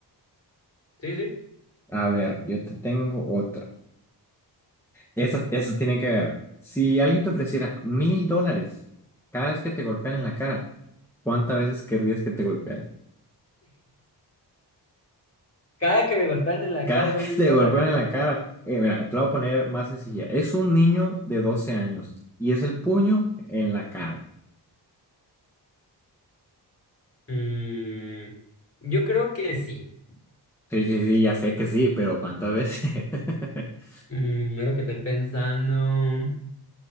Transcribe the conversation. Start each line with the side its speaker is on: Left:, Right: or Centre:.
Left: Sí, sí.
Centre: A ver, yo te tengo otra. Esa, esa tiene que ver. Si alguien te ofreciera mil dólares cada vez que te golpean en la cara, ¿cuántas veces querrías que te golpearan?
Left: Cada que me golpean en la
Centre: Cada
Left: cara son
Centre: que
Left: mil
Centre: te
Left: dólares.
Centre: golpean en la cara. Eh, mira, te lo voy a poner más sencilla. Es un niño de 12 años y es el puño en la cara.
Left: Mm, yo creo que sí.
Centre: Sí, sí, sí, ya sé que sí, pero ¿cuántas veces? <laughs>
Left: Mm, es lo que estoy pensando.